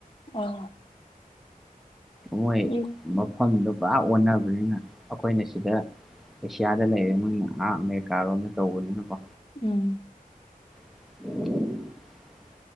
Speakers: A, on the left; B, in the centre.
A: ꯑꯣ
B: ꯃꯣꯏ
A: ꯑꯌꯨꯛ
B: ꯃꯐꯝꯗꯣ ꯄꯨꯔꯥ ꯑꯣꯟꯅꯕꯅꯤꯅ ꯑꯈꯣꯏꯅ ꯁꯤꯗ ꯑꯦꯁꯤꯌꯥꯗ ꯂꯩꯔꯦ ꯃꯣꯏ ꯑꯥ ꯑꯃꯦꯔꯤꯀꯥꯔꯣꯝꯅ ꯇꯧꯕꯅꯤꯅꯀꯣ
A: ꯎꯝ
B: <inaudible>